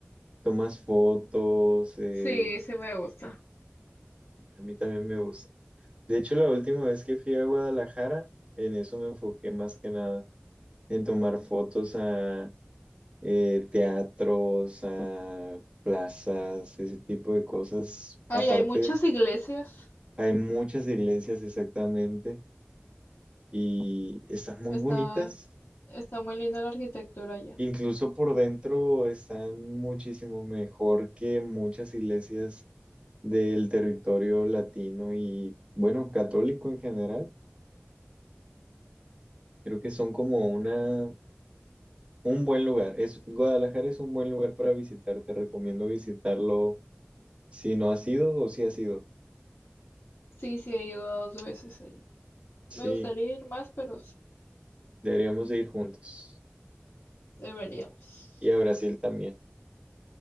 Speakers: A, on the right; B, on the left.
A: tomas fotos, eh,
B: Sí, sí me gusta.
A: a mí también me gusta. De hecho, la última vez que fui a Guadalajara, en eso me enfoqué más que nada, en tomar fotos a eh, teatros, a plazas, ese tipo de cosas.
B: Ay,
A: Aparte,
B: hay muchas iglesias.
A: hay muchas iglesias exactamente y están muy
B: Está,
A: bonitas.
B: está muy linda la arquitectura allá.
A: Incluso por dentro están muchísimo mejor que muchas iglesias del territorio latino y, bueno, católico en general. Creo que son como una, un buen lugar. Es, Guadalajara es un buen lugar para visitar. Te recomiendo visitarlo si no has ido o si has ido.
B: Sí, sí, he ido dos veces ahí.
A: Sí,
B: Me gustaría ir más, pero sí,
A: deberíamos de ir juntos.
B: deberíamos.
A: Y a Brasil también.